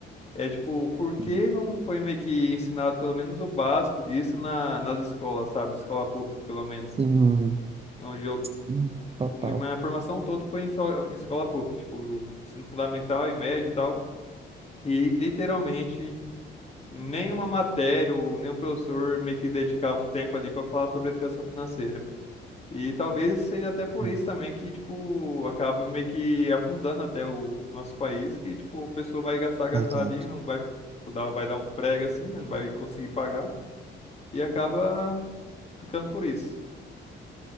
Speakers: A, on the left; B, on the right.
A: É tipo, por que
B: hum,
A: não foi meio que ensinado pelo menos o básico disso na, nas escolas, sabe? Escola pública, pelo menos.
B: hum,
A: Onde eu,
B: hum, total.
A: tipo, mi- minha formação toda foi em, escola em escola pública, tipo, ensino fundamental e médio e tal. E literalmente nenhuma matéria ou nenhum professor meio que dedicava um tempo ali pra falar sobre educação financeira. E talvez seja até por
B: Hum,
A: isso também que, tipo, acaba meio que afundando até o, o nosso país, que, tipo, a pessoa vai gastar, gastar
B: Exato,
A: ali, não vai, tipo, dar, vai dar um prego assim, né? Não vai conseguir pagar. E acaba ficando por isso.